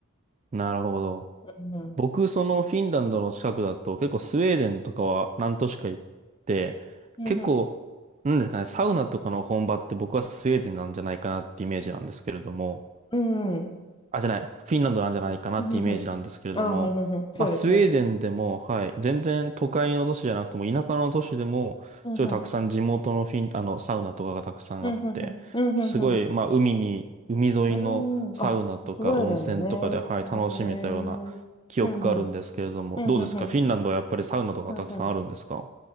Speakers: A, on the right (about 30°); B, on the left (about 20°).
A: なるほど。
B: うんうん。
A: 僕、そのフィンランドの近くだと、結構スウェーデンとかは何都市か行って、
B: うんうん。
A: 結構、なんですかね、サウナとかの本場って僕はスウェーデンなんじゃないかなってイメージなんですけれども、
B: うんうん。
A: あ、じゃない、フィンランドなんじゃないかなってイメージなんですけれども、
B: うんうんうん。あ、ふんふんふん。そうですね。
A: まあ、スウェーデンでも、はい、全然都会の都市じゃなくても、田舎の都市でも、
B: うんうん。
A: すごいたくさん地元のフィン、あの、サウナとかがたくさんあって、
B: うんうんうん。うんうんうん。
A: すごい、まあ、海に、海沿いのサウナとか温泉とかで、
B: うーん。あ、スウェーデンもね。
A: はい、楽しめたような記憶があるんですけれども、
B: へえ。うんうんうんうんうん。
A: どうですかフィンランドはやっぱりサウナとかたくさんあるんですか
B: うんうん。